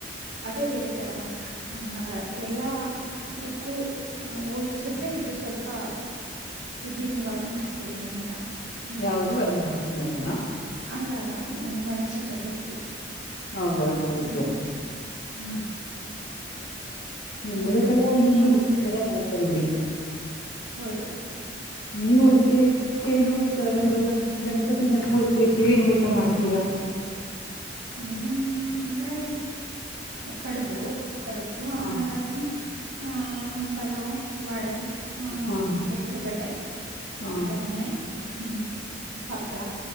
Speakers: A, on the right (about 85°); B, on the left (about 65°).
A: ಅದೇ ಬೇರೆ ತರ ಆಹ ಎಲ್ಲಾ ದುಕ್ಕು ಹೋಲ್ಸಿದ್ರೆ ಇದು ಸ್ವಲ್ಪ ವಿಭಿನ್ನವಾಗಿ ಮಾಡ್ತೀವಿ ಅಂತ ಹ್ಮ್
B: ಯಾವುದು ವರಮಹಾಲಕ್ಷ <unintelligible>
A: ಅಲ್ಲ ಅಲ್ಲ ಗಣೇಶ ಚತುರ್ಥಿ
B: ಹೌದಾ ಸರಿ
A: ಹ್ಮ್
B: ಸರಿ
A: ಹ್ಮ್ ಹೌದು
B: ಎಲ್ಲರ ಕಡೆ ಒಂದೊಂದು
A: ಆಮೇಲೆ
B: ಜರ ಮಾಡ್ತಾರೆ ಬಿಡಿ
A: ಹೌದು
B: ನೀವು ಅದಕ್ಕೆ ಏನು ಗ ಗಣಪತಿನ ಕೂರಸದ್ರೆ ಏನು ಊಟ ಮಾಡ್ತೀರಾ
A: ಏನ್ ಅಂದ್ರೆ ಕಡುಬು ಕಡುಬು
B: ಹಾ
A: ಅನ್ನರಸಮ ಆ ಪಲಾವ್ ವಡೆ ಆ
B: ಹಾ
A: ಹೆಸರುಬೇಳೆ
B: ಹಾ
A: ಈತರನೇ ಹ್ಮ್ ಹಪ್ಪಳ